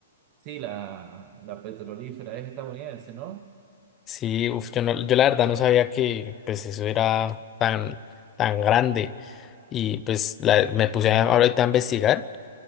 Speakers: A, on the right; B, on the left.
A: Sí, la, la petrolífera es estadounidense, ¿no?
B: Sí, uf, yo no, yo la verdad no sabía que pues eso era tan, tan grande. Y pues la- me puse a- ahorita a investigar.